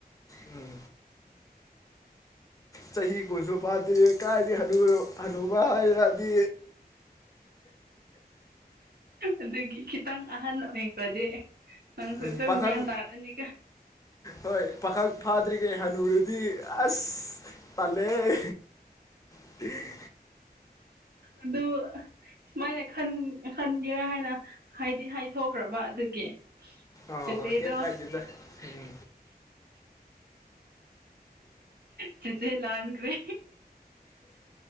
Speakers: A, on the left; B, on the right.
A: ꯎꯝ ꯆꯍꯤ ꯀꯨꯟꯁꯨ ꯐꯥꯗꯦ ꯀꯥꯏꯗꯩꯩ ꯍꯅꯨꯔ ꯍꯅꯨ ꯕ ꯍꯥꯏꯔꯛꯑꯗꯤ
B: ꯑꯗꯨꯒꯤ ꯈꯤꯇꯪ ꯑꯍꯟ ꯑꯣꯏꯈ꯭ꯔꯥꯗꯤ ꯅꯪꯁꯨ
A: ꯎꯝ
B: ꯑꯗꯨꯝ
A: ꯄꯥꯈꯪ
B: ꯒ꯭ꯌꯥꯟ ꯇꯥꯔꯛꯑꯅꯤ ꯀꯣ
A: ꯍꯣꯏ ꯄꯥꯈꯛ ꯐꯥꯗ꯭ꯔꯤꯒꯦ ꯍꯅꯨꯔꯗꯤ ꯑꯁ ꯇꯜꯂꯦꯍꯦ <unintelligible>
B: ꯑꯗꯨ ꯁꯨꯃꯥꯏꯅ ꯈꯟ ꯈꯟꯒꯦꯔ ꯍꯥꯏꯅ ꯍꯥꯏꯗꯤ ꯍꯥꯏꯊꯣꯛꯈ꯭ꯔꯕ ꯑꯗꯨꯒꯤ
A: ꯑ
B: ꯆꯦꯆꯦꯗꯣ
A: ꯑ ꯀꯦ ꯀꯥꯏꯗꯦꯗ ꯎꯝ
B: ꯆꯤꯆꯦ ꯂꯥꯟꯈ꯭ꯔꯦ